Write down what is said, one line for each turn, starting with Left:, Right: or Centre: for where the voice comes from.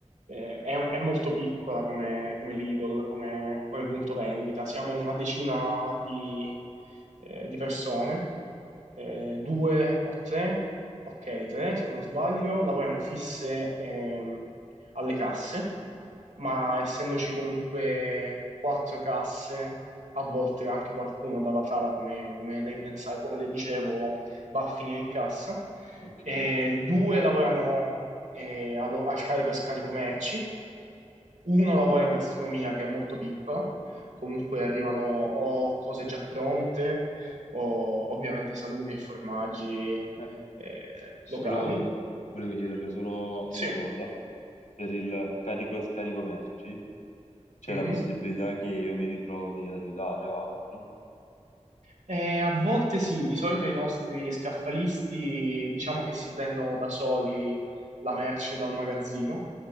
Right: eh, è, un- è molto piccola come, come Lidl, come, come punto vendita. Siamo una decina di, eh, di persone, eh, due o tre, ok, tre se non sbaglio, lavoriamo fisse ehm, alle casse ma essendoci comunque quattro casse, a volte anche qualcuno dalla sala, come, come lei ben sa, e come le dicevo, va a finire in cassa.
Left: Ok,
Right: E due lavorano eh, allo- al carico e scarico merci, uno lavora in gastronomia che è molto piccola, comunque arrivano o cose già pronte o ovviamente salumi e formaggi
Left: Eh,
Right: eh,
Left: solo
Right: locali.
Left: volevo chiederle solo
Right: Sì.
Left: una cosa. Per il carico e scarico merci c'è
Right: mhm.
Left: la possibilità che io mi ritrovi ad aiutare o altro?
Right: Eh, a volte sì, di solito i nostri scaffalisti diciamo che si prendono da soli la merce dal magazzino,